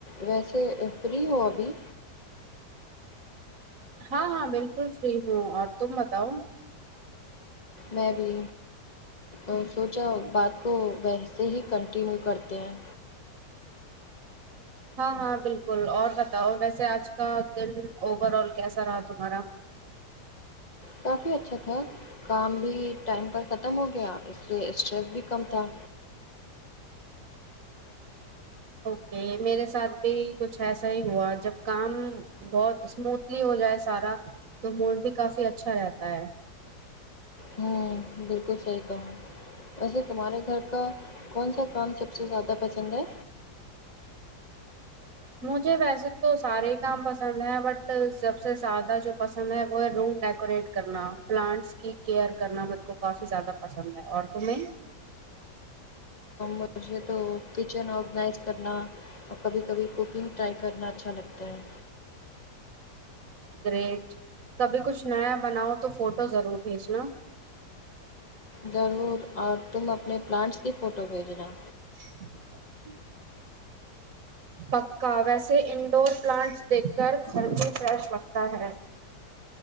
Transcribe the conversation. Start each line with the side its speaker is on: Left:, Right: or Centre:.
Left: ویسے فری ہو ابھی
Right: ہاں ہاں بالکل فری ہوں اور تم بتاؤ
Left: میں بھی اور سوچا ہو بات کو ویسے ہی کنٹینیو کرتے ہیں
Right: ہاں ہاں بالکل اور بتاؤ ویسے آج کا دن اوور آل کیسا رہا تمہارا
Left: کافی اچھا تھا کام بھی ٹائم پر ختم ہو گیا اس سے اسٹریس بھی کم تھا
Right: اوکے میرے ساتھ بھی کچھ ایسا ہی ہوا جب کام بہت اسموتھلی ہو جائے سارا تو موڈ بھی کافی اچھا رہتا ہے
Left: ہوں بالکل صحی کہا ویسے تمہارے گھر کا کون سا کام سب سے زیادہ پسند ہے
Right: مجھے ویسے تو سارے ہی کام پسند ہے بٹ سب سے زیادہ جو پسند ہے وہ ہے روم ڈیکوریٹ کرنا پلانٹس کی کیئر کرنا میرے کو کافی زیادہ پسند ہے اور تو میں
Left: مجھے تو کچن آرگنائز کرنا اور کبھی کبھی کوکنگ ٹرائی کرنا اچھا لگتا ہے
Right: گریٹ کبھی کچھ نیا بناؤ تو فوٹو ضرور بھیجنا
Left: ضرور اور تم اپنے پلانٹس کی فوٹو بھیجنا
Right: <inaudible> پکا ویسے انڈور پلانٹس دیکھ کر گھر بھی فریش لگتا ہے